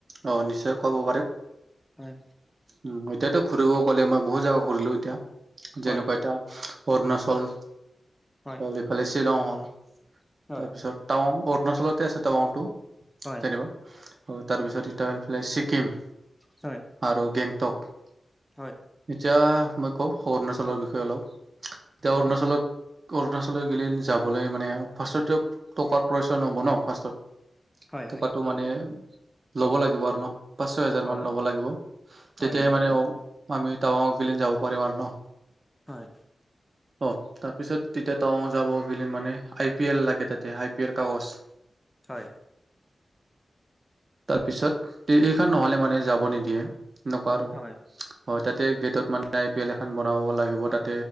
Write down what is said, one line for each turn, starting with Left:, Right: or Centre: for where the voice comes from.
Right: অ, নিশ্চয় ক'ব পাৰিম।
Centre: হয়।
Right: উম' এতিয়াতো ঘুৰিব ক'লে মই বহুত জাগা ঘুৰিলো এতিয়া।
Centre: হয়
Right: যেনেকুৱা এটা অৰুণাচল
Centre: হয়
Right: সিফালে শ্বিলং হ'ল।
Centre: হয়
Right: তাৰপিছত টাৱাং অৰুণাচলতে আছে টাৱাংটো।
Centre: হয়
Right: যেনিবা তাৰপিছত এফালে ছিকিম।
Centre: হয়
Right: আৰু গেংটক
Centre: হয়
Right: এতিয়া মই কওঁ অৰুণাচলৰ বিষয়ে অলপ, এতিয়া
Centre: হয়
Right: অৰুণাচলত অৰুণাচললৈ গ'লে যাবলৈ মানে ফাৰ্ষ্টত এতিয়া টকাৰ প্ৰয়োজন হ'ব ন ফাৰ্ষ্টত।
Centre: হয়
Right: থকাটো
Centre: হয়
Right: মানে ল'ব লাগিব আৰু ন, পাঁচ, ছয় হেজাৰ
Centre: হয়
Right: মান ল'ব লাগিব। তেতিয়াহে
Centre: হয় নিশ্চয়
Right: মানে অ আমি টাবাংতগিলি যাব পাৰিম আৰু ন।
Centre: হয়।
Right: অ। তাৰপিছত তেতিয়া টাৱাং যাব গ'লে মানে আই পি এল লাগে তাতে আই পি এল কাগজ।
Centre: হয়।
Right: তাৰপিছত এইখন নহলে মানে যাব নিদিয়ে। এনেকুৱা আৰু
Centre: হয়
Right: হয় তাতে গেটত মানে আই পি এল এখন বনাব লাগিব
Centre: হয়
Right: তাত